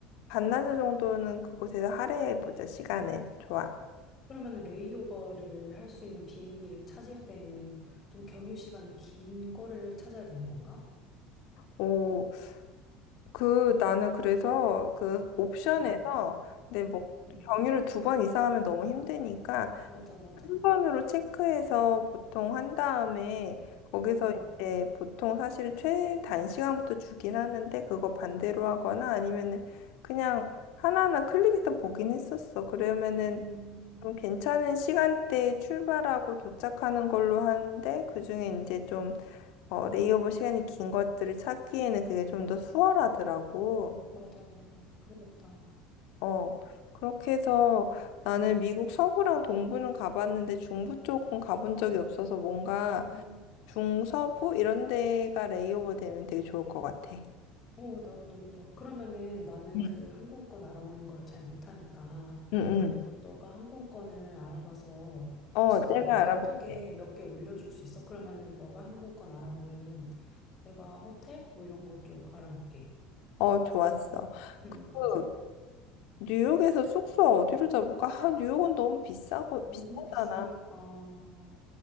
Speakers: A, on the left; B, on the left.
A: 반나절 정도는 그곳에서 할애해보자, 시간을. 좋아.
B: 그러면은 레이오버를 할 수 있는 비행기를 찾을 때에는 좀 경유 시간이 긴 거를 찾아야 되는 건가?
A: 오, 그, 나는 그래서 그 옵션에서
B: 음,
A: 내 뭐,
B: 음,
A: 경유를 두 번 이상 하면 너무 힘드니까
B: 맞아, 맞아.
A: 한 번으로 체크해서 보통 한 다음에 거기서
B: 음,
A: 이제 보통 사실 최단 시간부터 주긴 하는데 그거 반대로 하거나 아니면은 그냥 하나하나 클릭해서 보긴 했었어. 그러면은
B: 음,
A: 좀 괜찮은 시간대에 출발하고 도착하는 걸로 하는데 그중에 이제 좀 어, 레이오버 시간이 긴 것들을 찾기에는 그게 좀 더 수월하더라고.
B: 맞아, 맞아. 그러겠다.
A: 어, 그렇게 해서 나는 미국 서부랑 동부는 가봤는데 중부 쪽은 가본 적이 없어서 뭔가
B: 음,
A: 중서부 이런 데가 레이오버 되면 되게 좋을 것 같아.
B: 어, 나도 너무 좋아. 그러면은 나는
A: 음.
B: 그 항공권 알아보는 거를 잘 못하니까.
A: 응, 응.
B: 그럼 너가 항공권을 알아봐서
A: 어,
B: 혹시
A: 내가
B: 그 우리 카톡에
A: 알아볼게.
B: 몇 개 올려줄 수 있어? 그러면은 너가 항공권 알아보면은 내가 호텔? 뭐 이런 거 쪽 알아볼게.
A: 어, 좋았어.
B: 응, 응,
A: 그,
B: 응.
A: 뉴욕에서 숙소 어디로 잡을까? 아, 뉴욕은 너무 비싸고,
B: 너무
A: 비싸잖아.
B: 비싸니까.